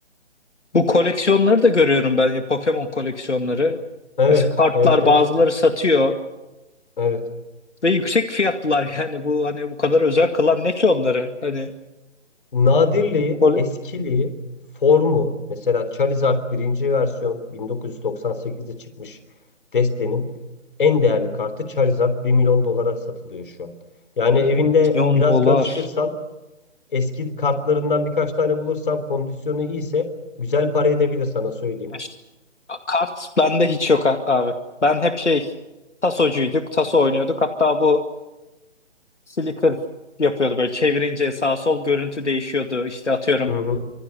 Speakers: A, on the left; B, on the left.
A: Bu koleksiyonları da görüyorum ben ya Pokemon koleksiyonları.
B: Evet,
A: Mesela kartlar
B: evet, evet,
A: bazıları satıyor
B: evet.
A: ve yüksek fiyatlılar yani bu hani bu kadar özel kılan ne ki onları? Hani
B: Nadirliği,
A: kole...
B: eskiliği, formu mesela Charizard birinci versiyon 1998'de çıkmış destenin en değerli kartı Charizard bir milyon dolara satılıyor şu an. Yani
A: 1
B: evinde
A: milyon
B: biraz
A: dolar.
B: karıştırsan eski kartlarından birkaç tane bulursan kondisyonu iyiyse güzel para edebilir sana söyleyeyim.
A: İşte, Kart bende hiç yok a- abi. Ben hep şey tasocuyduk, taso oynuyorduk. Hatta bu flicker yapıyordu böyle çevirince sağ sol görüntü değişiyordu. İşte atıyorum
B: Hı hı,